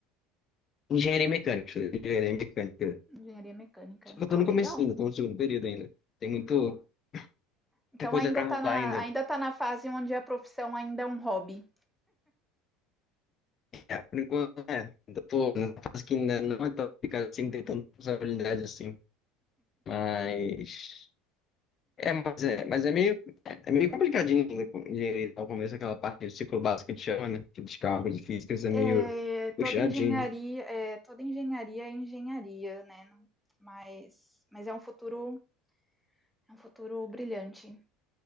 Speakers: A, on the left (about 30°); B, in the centre.
A: Engenharia mecânica, engenharia mecânica.
B: Engenharia mecânica.
A: Só que eu tô
B: Ah,
A: no
B: legal.
A: começo ainda, tô no segundo período ainda. Tem muito, muita
B: Então
A: coisa
B: ainda
A: pra
B: está
A: rolar
B: na,
A: ainda.
B: ainda tá na fase onde a profissão ainda é um hobby.
A: Por enquanto, é, ainda tô numa fase que ainda não é tão complicado assim, não tem tanta responsabilidade assim. Mas é, mas é, mas é meio, é meio complicadinho ainda com engenharia ao começo, aquela parte do ciclo básico que a gente chama, né? Que dos cálculos físicos é
B: É,
A: meio
B: toda
A: puxadinho,
B: engenharia, é, toda engenharia é engenharia, né? Mas, mas é um futuro, é um futuro brilhante.